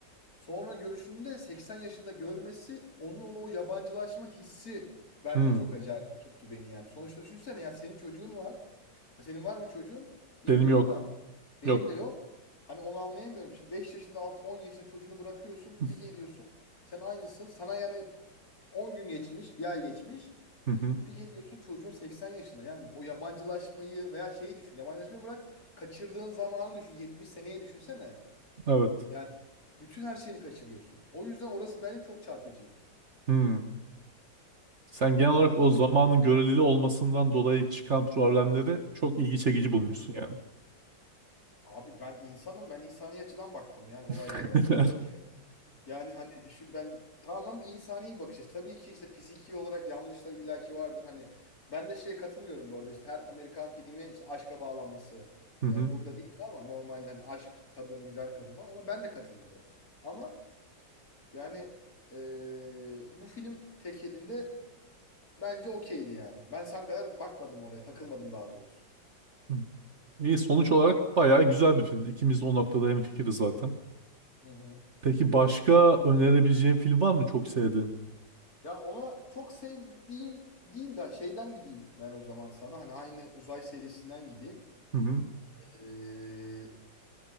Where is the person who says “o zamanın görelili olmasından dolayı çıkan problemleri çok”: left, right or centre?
Right